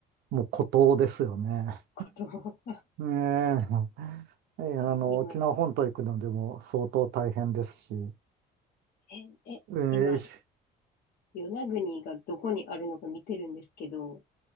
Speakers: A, on the right; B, on the left.
A: う、もう孤島ですよね。
B: ことを、
A: ええ <laughs> ええあの、
B: <laughs> 今、
A: 沖縄本島行くのでも相当大変ですし、
B: え、え、
A: ええいし
B: 今、与那国がどこにあるのか見てるんですけど、